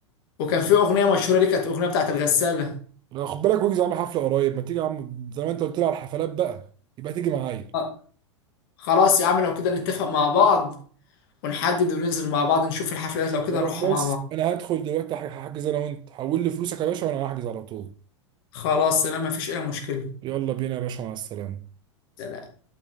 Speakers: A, on the left; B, on the right.
A: وكان في اغنيه مشهوره ليه كانت اغنيه بتاعت الغساله
B: لا، خد بالك ويجز عامل حفلة قريب ما تيجي يا عم زي ما انت قلت لي على الحفلات بقى يبقى تيجي معايا
A: آه. خلاص يا عم لو كده نتفق مع بعض ونحدد وننزل مع بعض نشوف الحفلات لو كده
B: خلاص
A: نروحها
B: بص
A: مع بعض
B: انا هدخل دلوقتي هحجز انا وانت حول لي فلوسك يا باشا وانا هحجز على طول
A: خلاص سلام مفيش اي مشكله
B: يلا بينا يا باشا مع السلامة
A: سلام